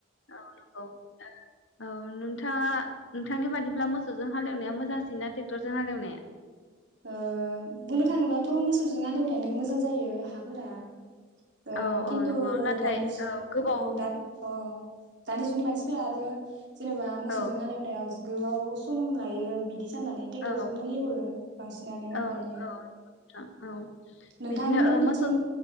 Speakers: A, on the left; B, on the right.
A: औ नंगौ ओ औ नोंथाङा नोंथांनि बादिब्ला मोसौजों हालेवनाया मोजांसिन ना ट्रेक्टरजों हालेवनाया?
B: ओ बुंनो थाङोबाथ' मोसौजों हालेवनायानो मोजां जायो हाफोरा। ओ
A: औ
B: खिन्थु
A: औ नंगौ नाथाय
B: दानिस
A: गोबाव
B: औ दा अ' दानि जुगनि मानसिफोरा आरो जेनेबा मोसौजों
A: औ
B: हालेवनायाव गोबाव सम लायो बिदि साननानै ट्रेक्टरजोंनो
A: औ
B: एवो। सिनानो
A: औ
B: दानिया
A: नोंथां औ
B: नोंथांमोननिथिं
A: बिदिनो ओ मोसौ